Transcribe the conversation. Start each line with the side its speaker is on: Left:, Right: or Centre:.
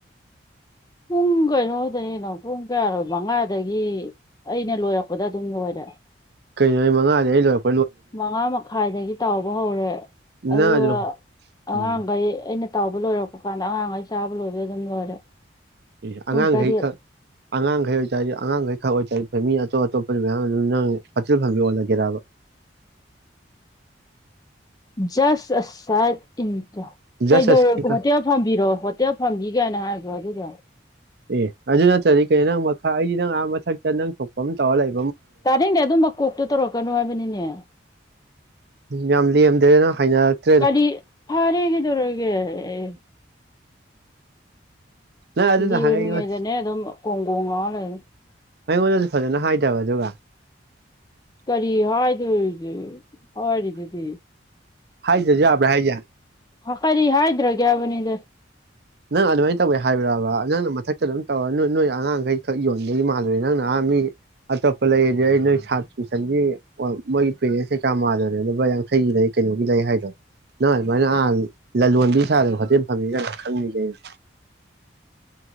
Left: ꯄꯨꯡ ꯀꯩꯅꯣꯗꯒꯤꯅꯣ ꯄꯨꯡ ꯀꯌꯥꯔꯣ ꯃꯉꯥꯗꯒꯤ ꯑꯩꯅ ꯂꯣꯏꯔꯛꯄꯗ ꯑꯗꯨꯝ ꯂꯣꯏꯔꯦ
Right: ꯀꯩꯅꯣ ꯑꯩ ꯃꯉꯥꯗꯩ ꯑꯩ ꯂꯣꯢ
Left: ꯃꯉꯥ ꯃꯈꯥꯏꯗꯒꯤ ꯇꯥꯎꯕ ꯍꯧꯔꯦ ꯑꯗꯨꯒ
Right: ꯅꯪ ꯑꯗꯨ
Left: ꯑꯉꯥꯡꯒꯩ
Right: ꯎꯝ
Left: ꯑꯩꯅ ꯇꯥꯎꯕ ꯂꯣꯏꯔꯛꯄ ꯀꯥꯟꯗ ꯑꯉꯥꯡꯈꯩ ꯆꯥꯕ ꯂꯣꯢꯕꯗ ꯑꯗꯨꯝ ꯂꯣꯏꯔꯦ
Right: ꯑꯦ
Left: ꯄꯨꯡ
Right: ꯑꯉꯥꯡꯈꯩ
Left: ꯇꯔꯦꯠ
Right: ꯈꯛ ꯑꯉꯥꯡꯈꯩ ꯑꯣꯏꯇꯥꯔꯖꯨ ꯑꯉꯥꯡꯈꯩ ꯈꯛ ꯑꯣꯏꯇꯥꯔꯖꯨ ꯃꯤ ꯑꯇꯣꯞ ꯑꯇꯣꯞꯄꯖꯨ ꯃꯌꯥꯝ ꯑꯗꯨꯝ ꯅꯪ ꯍꯣꯇꯦꯜ ꯐꯝꯕꯤ ꯑꯣꯜꯂꯒꯦꯔꯕ
Left: ꯖꯁ ꯑ ꯁꯦꯠ ꯢꯟ ꯀꯩꯗꯧꯔ
Right: ꯖꯁ ꯑꯁꯤꯒ
Left: ꯍꯣꯇꯦꯜ ꯐꯝꯕꯤꯔꯣ ꯍꯣꯇꯦꯜ ꯐꯝꯕꯤꯒꯥꯏꯅ ꯍꯥꯏꯕ꯭ꯔꯣ <unintelligible>
Right: ꯑꯦ ꯑꯗꯨ ꯅꯠꯇ꯭ꯔꯗꯤ ꯀꯩꯅꯣ ꯅꯪ ꯃꯈꯥ ꯑꯩꯗꯤ ꯅꯪ ꯑꯥ ꯃꯊꯛꯇ ꯅꯪ ꯊꯣꯛꯄ ꯑꯃ ꯇꯧꯔ ꯂꯩ
Left: ꯇꯥꯅꯤꯡꯗꯦ ꯑꯗꯨꯝꯕ ꯀꯣꯛꯇꯨ ꯇꯧꯔꯛꯀꯅꯨ ꯍꯥꯏꯕꯅꯤꯅꯦ
Right: ꯌꯥꯝ ꯂꯦꯝꯗ꯭ꯔꯦꯅ ꯍꯥꯏꯅꯔꯛꯇ꯭ꯔꯦꯗ
Left: ꯀꯔꯤ ꯐꯔꯦ ꯀꯩꯗꯧꯔꯒꯦ ꯑꯦ
Right: ꯅꯪ ꯑꯗꯨꯅ
Left: ꯂꯦꯝꯃꯤ
Right: ꯍꯥꯏꯉꯩ
Left: ꯉꯩꯗꯅꯦ ꯑꯗꯨꯝ ꯀꯣꯡꯒꯣꯡ ꯂꯥꯎꯔ ꯂꯩꯔꯅꯤ
Right: ꯑꯩꯉꯣꯟꯗꯁꯨ ꯐꯖꯅ ꯍꯥꯏꯗꯕ ꯑꯗꯨꯒ
Left: ꯀꯔꯤ ꯍꯥꯏꯗꯧꯔꯤꯒꯦ ꯍꯥꯏꯔꯤꯗꯨꯗꯤ
Right: ꯍꯥꯏꯗ꯭ꯔꯥꯖꯨ ꯌꯥꯕ꯭ꯔꯥ ꯍꯥꯢꯁꯦ
Left: ꯀꯔꯤ ꯍꯥꯏꯗ꯭ꯔꯒꯦ ꯍꯥꯢꯕꯅꯤꯗ
Right: ꯅꯪ ꯑꯗꯨꯃꯥꯏꯅ ꯇꯧꯋꯦ ꯍꯥꯏꯕ꯭ꯔꯕ ꯅꯪꯅ ꯃꯊꯛꯇ ꯑꯗꯨꯝ ꯇꯧꯔ ꯅꯣꯏ ꯑꯉꯥꯡꯈꯩ ꯈꯛ ꯌꯣꯟꯕꯒꯤ ꯃꯥꯜꯂꯨꯔꯦ ꯅꯪꯅ ꯑꯥ ꯃꯤ ꯑꯇꯣꯞꯄ ꯂꯩ ꯑꯗꯩ ꯑꯩ ꯅꯣꯏ ꯁꯥꯠ ꯇꯨꯏꯁꯟꯒꯤ ꯃꯣꯏꯒꯤ ꯄꯦꯔꯦꯟꯁ ꯀꯩꯀꯥ ꯃꯥꯜꯂꯨꯔꯦ ꯂꯨꯄꯥ ꯌꯥꯡꯈꯩꯒꯤ ꯂꯩ ꯀꯩꯅꯣꯒꯤ ꯂꯩ ꯍꯥꯏꯗꯣ ꯅꯪ ꯑꯗꯨꯃꯥꯏꯅ ꯑ ꯂꯂꯣꯟꯕꯤ ꯁꯥꯗꯅ ꯍꯣꯇꯦꯜ ꯐꯝꯃꯤ ꯀꯥꯢ ꯈꯪꯉꯤ ꯀꯩꯅꯣ